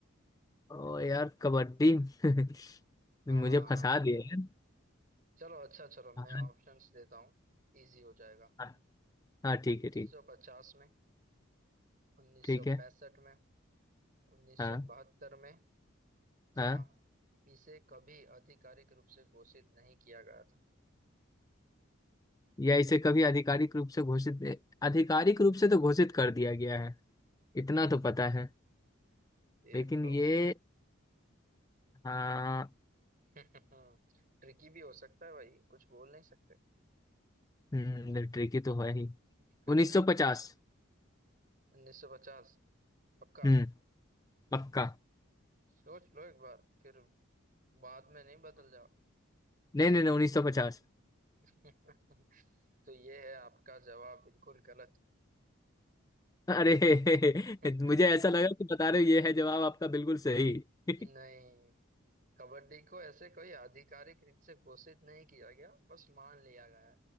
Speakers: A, on the left; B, on the right.
A: ओ यार कबड्डी <laughs>
B: आ,
A: मुझे फंसा दिए यार
B: चलो अच्छा चलो मैं
A: हाँ
B: ऑप्शंस देता हूँ इजी हो जाएगा
A: हाँ हाँ, ठीक
B: 1950
A: है ठीक
B: में 1965
A: ठीक है
B: में 1972
A: हाँ
B: में या
A: हाँ
B: इसे कभी आधिकारिक रूप से घोषित नहीं किया गया था
A: या इसे कभी आधिकारिक रूप से घोषित आधिकारिक रूप से तो घोषित कर दिया गया है इतना तो पता है
B: देख
A: लेकिन
B: लो
A: ये हाँ
B: <laughs> ट्रिकी भी हो सकता है भाई कुछ बोल नहीं सकते
A: ट्रिकी तो है ही
B: <laughs>
A: 1950
B: 1950 पक्का
A: हम्म पक्का
B: सोच लो एक बार फिर बाद में नहीं बदल जाओ
A: नहीं नहीं नहीं उन्नीस सौ पचास
B: <laughs> तो ये है आपका जवाब बिल्कुल गलत
A: अरे <laughs>
B: <laughs>
A: मुझे ऐसा लगा कि बता रहे हो ये है जवाब आपका बिल्कुल सही <laughs>
B: नहीं कबड्डी को ऐसे कोई आधिकारिक रूप से घोषित नहीं किया गया बस मान लिया गया है